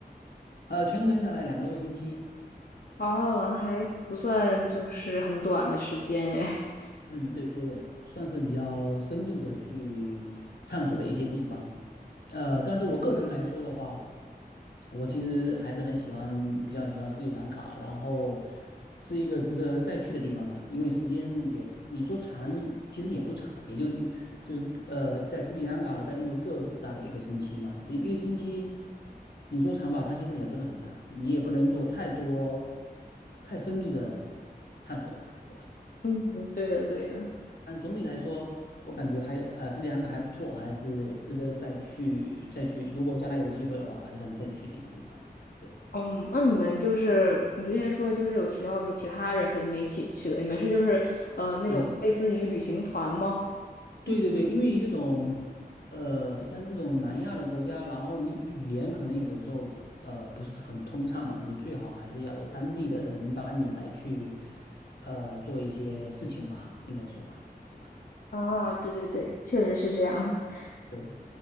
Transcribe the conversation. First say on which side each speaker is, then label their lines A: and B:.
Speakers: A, on the left; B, on the left.
A: 呃，全程下来两个多星期，
B: 哦，那还不算就是很短的时间诶。
A: 嗯，对对对，算是比较深度的去探索了一些地方。呃，但是我个人来说的话，我其实还是很喜欢，比较喜欢斯里兰卡，然后是一个值得再去的地方吧，因为时间也，你说长一，其实也不长，也就一就是呃，在斯里兰卡和在印度各自大概一个星期嘛，是一个星期，你说长吧，它其实也不是很长，你也不能做太多太深度的探索吧，对吧？
B: <laughs> 嗯，对的，对的。
A: 但总体来说，我感觉还呃斯里兰卡还不错，还是值得再去再去。如果将来有机会的话，还想再去的一个地方。对，
B: 嗯，那你们就是你之前说就是有提到就其他人和你们一起去的，你们是就是呃那种类似于旅行团吗？
A: 嗯，对对对，因为这种呃像这种南亚的国家，然后你语言可能有时候呃不是很通畅嘛，你最好还是要有当地的人帮你来去呃做一些事情吧，应该说吧，对吧？
B: 啊，对对对，确实是这样的。<laughs>
A: 对，